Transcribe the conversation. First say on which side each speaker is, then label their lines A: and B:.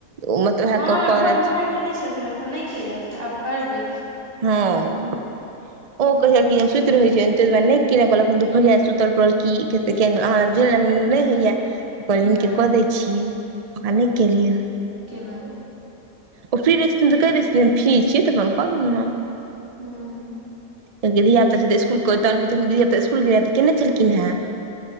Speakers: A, on the right (about 75°); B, on the right (about 40°).
A: ओ मतलब उएह
B: हां हमरा
A: करत
B: भोर मे उहै कैने छलखिन्ह एखन नै केलिए यै फेर आब करबै।
A: हां ओ कहियो-कहियो सुईत रहय छैन। तै दुआरे नै केलौं कहलौ एखन दुफरिया छै सुतल पड़ल की <unintelligible> नै हय यै। अपन हिनके
B: नहि
A: कऽ दैन छियै ओकरा नै केलियैन।
B: केना?
A: ओ फ्री रहय छथिन तऽ कह दै छथिन जे फ्री छीयै तऽ अपन कऽ देलौं।
B: हूं उ
A: <unintelligible>